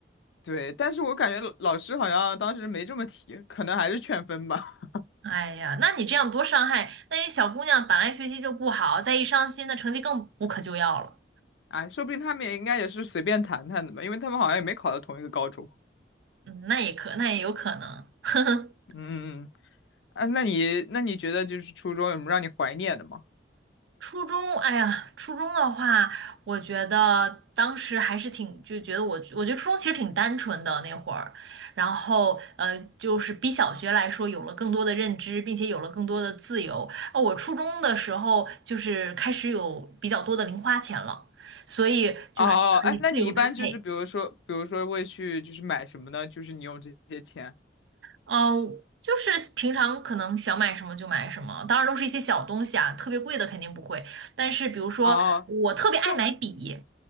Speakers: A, on the left (about 80°); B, on the right (about 80°).
A: 对，但是我感觉老老师好像当时没这么提，可能还是劝分吧，
B: 哎呀，那你这样多伤害，那些小姑娘本来学习就不好，再一伤心，那成绩更无可救药了。
A: <laughs> 哎，说不定他们也应该也是随便谈谈的吧，因为他们好像也没考到同一个高中，
B: 嗯，那也可，那也有可能。<laughs>
A: <laughs> 嗯嗯嗯。啊，那你那你觉得就是初中有什么让你怀念的吗？
B: 初中，哎呀，初中的话，我觉得当时还是挺，就觉得我，我觉得初中其实挺单纯的那会儿，然后呃，就是比小学来说有了更多的认知，并且有了更多的自由。哦，我初中的时候就是开始有比较多的零花钱了，所以就是可以自由支配。
A: 哦，哎，那你一般就是比如说，比如说会去就是买什么呢？就是你用这些钱。
B: 嗯，就是平常可能想买什么就买什么，当然都是一些小东西啊，特别贵的肯定不会。但是比如说，
A: 哦，
B: 我特别爱买笔，
A: 但